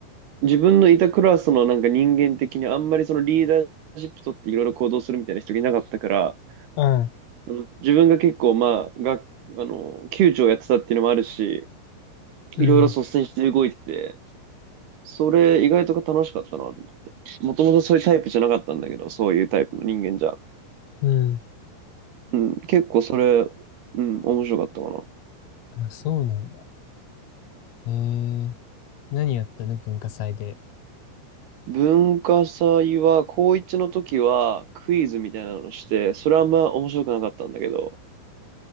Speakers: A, on the right (about 60°); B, on the left (about 85°).
A: 自分のいたクラスのなんか人間的にあんまりそのリーダーシップ取っていろいろ行動するみたいな人がいなかったから、
B: ああ、
A: その自分が結構、まあ、が、あの、球長やってたっていうのもあるし、いろいろ率先して動いてて、
B: うん、
A: それ意外と楽しかったなと思って。もともとそういうタイプじゃなかったんだけど、そういうタイプの人間じゃ。
B: うん。
A: うん、結構それ、うん、面白かったかな。
B: あ、そうなんだ。えー何やったの文化祭で。
A: 文化祭は、高1の時はクイズみたいなのして、それはあんま面白くなかったんだけど、